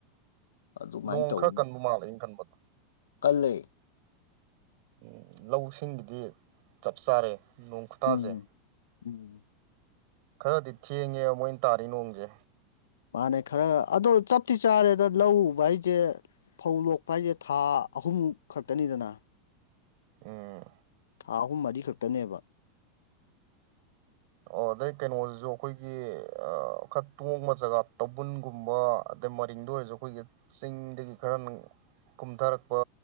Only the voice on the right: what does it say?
ꯅꯣꯡ
ꯈꯔ ꯀꯟꯕ ꯃꯥꯜꯂꯦ ꯑꯩꯅ ꯈꯟꯕꯗ
ꯎꯝ ꯂꯧꯁꯤꯡꯒꯤꯗꯤ ꯆꯞ ꯆꯥꯔꯦ ꯅꯣꯡ ꯈꯨꯇꯥꯥꯁꯦ
ꯈꯔꯗꯤ ꯊꯦꯡꯉꯦꯕ ꯃꯣꯏꯅ ꯇꯥꯔꯤ ꯅꯣꯡꯁꯦ
ꯎꯝ
ꯑꯣ ꯑꯗꯩ ꯀꯩꯅꯣꯁꯤꯁꯨ ꯑꯩꯈꯣꯏꯒꯤ ꯈꯔ ꯇꯣꯡꯕ ꯖꯒꯥ ꯇꯧꯕꯟꯒꯨꯝꯕ ꯑꯗꯩ ꯃꯔꯤꯡꯗ ꯑꯣꯏꯔꯁꯨ ꯑꯩꯈꯣꯏꯒꯤ ꯆꯤꯡꯗꯒꯤ ꯈꯔ ꯀꯨꯝꯊꯔꯛꯄ